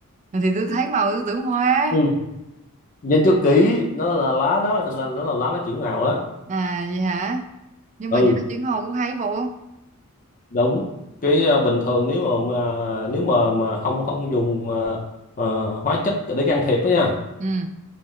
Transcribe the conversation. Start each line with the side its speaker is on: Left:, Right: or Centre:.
Right: thì tôi thấy màu tôi tưởng hoa.
Left: ừ. nhìn cho kỹ nó là lá đó thật là nó là lá nó chuyển màu á
Right: À vậy hả? Nhưng mà
Left: ừ
Right: giờ nó chuyển màu cũng hay bộ.
Left: đúng cái ờ, bình thường nếu mà, mà nếu mà mà không không dùng ờ, ờ, hóa chất để can thiệp đó nha
Right: Ừ,